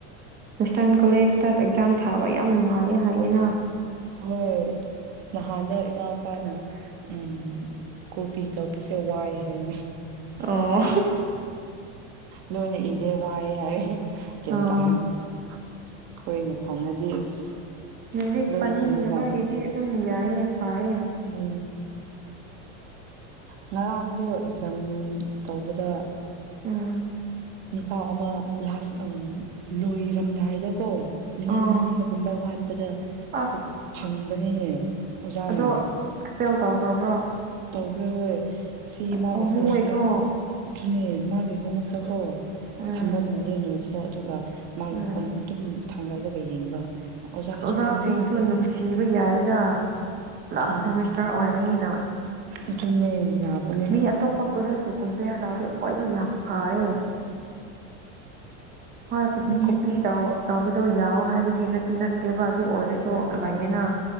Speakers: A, on the right; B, on the right.
A: ꯋꯦꯁꯇꯔꯟ ꯀꯣꯂꯦꯖꯇ ꯑꯦꯛꯖꯥꯝ ꯊꯥꯕ ꯌꯥꯝ ꯅꯨꯡꯉꯥꯏꯌꯦ ꯍꯥꯏꯌꯦꯅ
B: ꯍꯣꯏ ꯅꯍꯥꯟꯗ ꯏꯅꯥꯎꯄꯥꯅ ꯎꯝ ꯀꯣꯕꯤ ꯇꯧꯕꯄꯁꯦ ꯋꯥꯏ ꯍꯥꯏꯅꯦ
A: ꯑꯣ
B: ꯅꯣꯏꯣꯏꯅꯦ ꯏꯗ ꯋꯥꯌꯦ ꯍꯥꯏ ꯀꯇ
A: ꯑꯥ
B: ꯑꯩꯈꯣꯏꯅ ꯐꯪꯉꯗꯤ ꯑꯁ
A: ꯉꯗꯤꯦꯛ
B: ꯂꯣꯏ
A: ꯄꯥꯅꯤꯡꯗꯕꯒꯤꯗꯤ
B: ꯏꯅꯤꯉꯥꯏ
A: ꯑꯗꯨꯝ ꯌꯥꯏꯌꯦ ꯐꯥꯏꯌꯦ
B: ꯎꯝ ꯉꯔꯥꯡꯗꯣ ꯑꯦꯛꯖꯥꯝ ꯇꯧꯕꯗ
A: ꯎꯝ
B: ꯅꯨꯄꯥ ꯑꯃ ꯂꯥꯁ ꯂꯣꯏꯔꯝꯗꯥꯏꯗꯀꯣ ꯃꯤꯅꯤꯠ
A: ꯑꯥ
B: ꯃꯉꯥꯒꯨꯝꯕ ꯋꯥꯠꯄꯗ
A: ꯑꯁ
B: ꯐꯪꯕꯅꯤꯅꯦ ꯑꯣꯖꯥꯅ
A: ꯑꯗꯣ ꯑꯦꯛꯁꯄꯦꯜ ꯇꯧꯈ꯭ꯔꯕ꯭ꯔꯣ
B: ꯇꯧꯈ꯭ꯔꯦ ꯍꯣꯏ ꯑꯁꯤ ꯏꯃꯥꯒꯤ
A: ꯄꯥꯝꯃꯨꯌꯦꯀꯣ
B: ꯈꯣꯡꯉꯠꯇ ꯑꯗꯨꯅꯦ ꯃꯥꯒꯤ ꯈꯣꯡꯉꯞꯇ ꯀꯣ
A: ꯎꯝ
B: ꯊꯝꯕ ꯃꯥꯜꯂꯦꯅꯣꯁꯨ ꯑꯗꯨꯒ ꯃꯥꯒꯤ
A: ꯎꯝ
B: ꯈꯣꯡꯗ ꯑꯗꯨꯝ ꯊꯥꯡꯒꯠꯂꯒ ꯌꯦꯡꯕ ꯑꯣꯖꯥꯁꯨ
A: ꯑꯣꯖꯥꯁꯤꯡꯁꯨ
B: ꯃꯅꯥꯛꯇ ꯂꯦꯞ
A: ꯅꯨꯡꯁꯤꯕ ꯌꯥꯏꯔ ꯂꯥꯁ
B: ꯎꯝ
A: ꯁꯦꯃꯤꯁꯇꯔ ꯑꯣꯏꯕꯅꯤꯅ
B: ꯑꯗꯨꯅꯦ ꯌꯥꯕꯅꯦ
A: ꯃꯤ ꯑꯇꯣꯞꯄ ꯀꯣꯂꯦꯖꯇꯨ ꯀꯝꯄꯦꯌꯔ ꯇꯧꯔꯗꯤ ꯑꯩ꯭ꯋꯥꯏꯗꯤ ꯌꯥꯝ ꯐꯩꯌꯦ ꯍꯣꯏ
B: ꯃꯤ
A: ꯀꯣꯄꯤ ꯇꯧꯕꯗꯣ ꯌꯥꯎ ꯍꯥꯏꯕꯒꯤ ꯅꯠꯇꯤ ꯅꯠꯇꯦꯕ ꯑꯗꯨ ꯑꯣꯏꯔꯁꯨ ꯂꯩꯌꯦꯅ